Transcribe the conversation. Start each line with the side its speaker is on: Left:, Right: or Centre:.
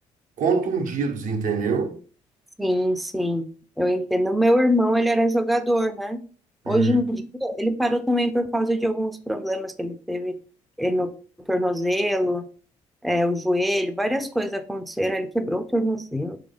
Right: contundidos, entendeu?
Centre: Sim, sim, eu entendo. O Meu irmão, ele era jogador, né?
Right: Hum,
Centre: Hoje em dia, ele parou também por causa de alguns problemas que ele teve eh, no tornozelo é, o joelho, várias coisas aconteceram, ele quebrou o tornozelo.